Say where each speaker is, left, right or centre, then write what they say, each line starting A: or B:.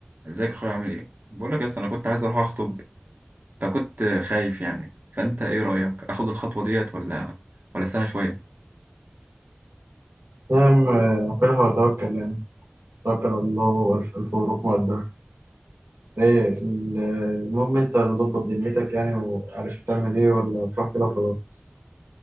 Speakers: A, on the right (about 50°); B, on the right (about 80°).
A: ازيك يا اخويا عامل ايه بقول لك يا اسطى انا كنت عايز اروح اخطب فكنت خايف يعني فانت ايه رايك اخد الخطوه ديت ولا ولا استنى شويه
B: نعم آه، كلها وتوكل يعني توكل على الله وألف ألف مبروك مقدم إيه ال- المهم أنت مظبط دنيتك يعني وعارف تعمل إيه ولا تروح كده وخلاص